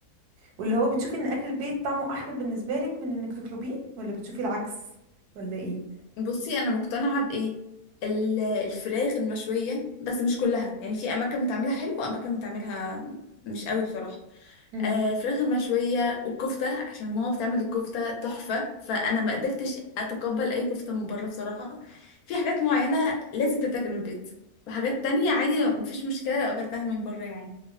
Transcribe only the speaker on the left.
بصي انا مقتنعه بايه ال- الفراخ المشويه بس مش كلها يعني في اماكن بتعملها حلو واماكن بتعملها مش قوي بصراحه
آه، الفراخ المشويه والكفته عشان ماما بتعمل الكفته تحفه فانا ما قدرتش اتقبل اي كفته من بره بصراحه في حاجات معينه لازم تتاكل من البيت وحاجات تانية عادي لو مفيش مشكله لو اكلتها من بره يعني